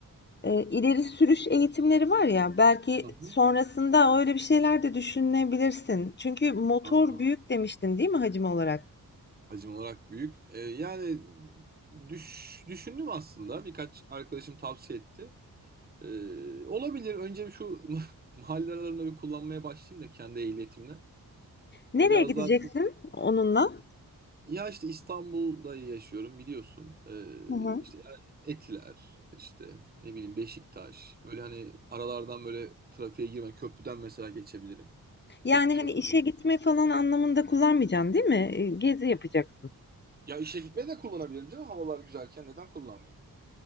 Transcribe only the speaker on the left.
Eee, ileri sürüş eğitimleri var ya, belki
sonrasında öyle bir şeyler de düşünebilirsin. Çünkü motor
büyük demiştin, değil mi hacim olarak?
Nereye
gideceksin
onunla?
Hı hı.
Yani
hani işe gitme falan anlamında kullanmayacaksın, değil mi? Eee, Gezi yapacaksın.